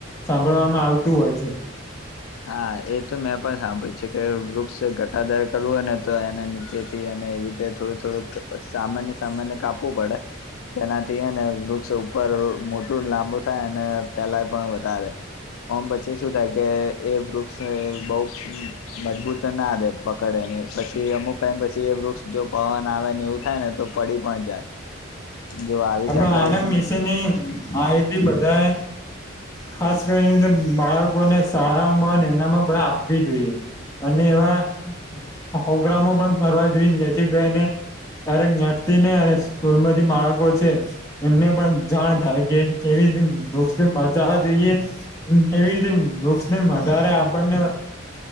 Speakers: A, on the left; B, on the left.
A: સાંભળવામાં આવતું હોય છે.
B: હા એ તો મેં પણ સાંભળ્યું છે કે વૃક્ષ ઘટાદાર કરવું હોય ને તો એના નીચેથી એને એવી થોડું થોડું સામાન્ય સામાન્ય કાપવું પડે તેનાથી એને વૃક્ષ સ ઉપર મોટું લાંબુ થાય અને ફેલાય પણ વધારે ઓમ પછી શું થાય કે એ વૃક્ષ બહ મજબૂત ના દે પકડે ને પછી અમુક ટાઈમ પછી એ વૃક્ષ જો પવન આવે ને એવું થાય ને તો પડી પણ જાય જો આવી રીતે
A: અ આનંદ
B: આપડે
A: મિસે ની માહિતી બધા ખાસ કરી બાળકોને શાળાઓમાં એના માં પણધ આપવી જોઈએ અને એવા પ્રગ્રામો પણ કરવા જોઈને જેથી કરીને ત્યારેક નાકતી ને અને સ્કૂલ માંથી બાળકો છે એમને પણ જાણ થાય કે કેવી રીતે વૃક્ષ બચાવવા જોઈએ એવી રીતે બુસ વધારે આપણને